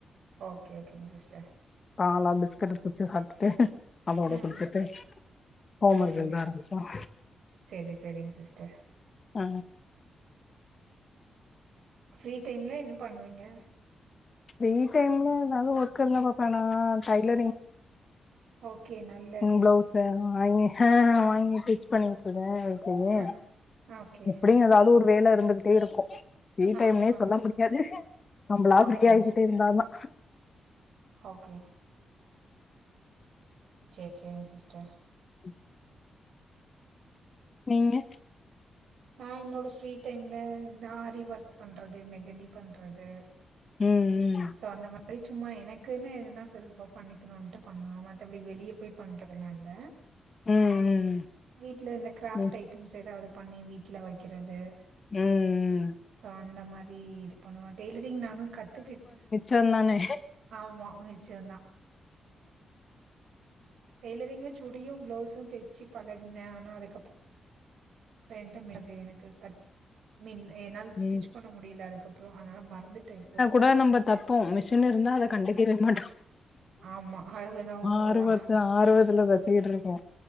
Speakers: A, on the right (about 75°); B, on the left (about 45°).
A: ஓகே ஓகேங்க சிஸ்டர்
B: பால பிஸ்கட பிச்சு சாப்டுட்டு அதோட
A: ம்
B: குடுச்சுட்டு ஹோம்
A: ஓகே
B: ஒர்க் எழுத ஆரம்பிச்சுருவா
A: சரி சரிங் சிஸ்டர்
B: அ
A: ஃப்ரீ டைம்ல என்ன பண்ணுவீங்க
B: ஃபிரீ டைம்ல ஏதாது ஒர்க் இருந்தா பாப்ப நா டைலரிங்
A: ஓகே நல்
B: ம் ப்ளவுஸ வாங்கி அ வாங்கி டிச் பண்ணிட் எத வச்சியு
A: அ ஓகே.
B: எப்படியு ஏதாவது ஒரு வேல இருந்துகிட்டே இருக்கு ஃப்ரீ
A: அ,
B: டைம்னே
A: அ.
B: சொல்ல முடியாது நம்மளா
A: ஓகே,
B: ஃப்ரீயா ஆயிக்கிட்டே இருந்தாதா
A: ஓகே செரி செரிங் சிஸ்டர்
B: ம் நீங்க
A: நா என்னோட ஃப்ரீ டைம்ல இந்த ஆரி ஒர்க் பண்றது மெகந்தி பண்றது
B: ம் ம்
A: சோ அந்த மாரி சும்மா எனக்கூனு எதுனா செல்ஃபா பண்ணிக்கணூன்ட்டு பண்ணுவே மத்தபடி வெளிய போய் பண்றதுலா இல்ல
B: ம், ம்,
A: வீட்ல இந்த கிராஃப்ட்
B: ம், ம்,
A: ஐட்டம்ஸ் ஏதாவது பண்ணி வீட்ல வக்கிறது
B: உம்
A: சோ அந்த மாரீ இது பண்ணுவ டெய்லரிங் நானு கத்துக்கிட்டு
B: சொன்னானே
A: ஆமா மிச்சொந்தா டெய்லரிங்கு சுடியு பிளௌஸு தெச்சி பழகுனே ஆனா அதுக்கப் <unintelligible> எனக்கு கத் மின் என்னால
B: ம்.
A: ஸ்டிச் பண்ண முடியல அதுக்கப்றோ அனால மறந்துட்டே இப்போ
B: வ நம்ப தப்போ மிஷின் இருந்தா அத கண்டுக்கிறே மாட்டோ
A: ஆமா அது வேணா உண்மதா
B: ஆர்வத்த ஆர்வத்துல வத்திகிட் இருக்கே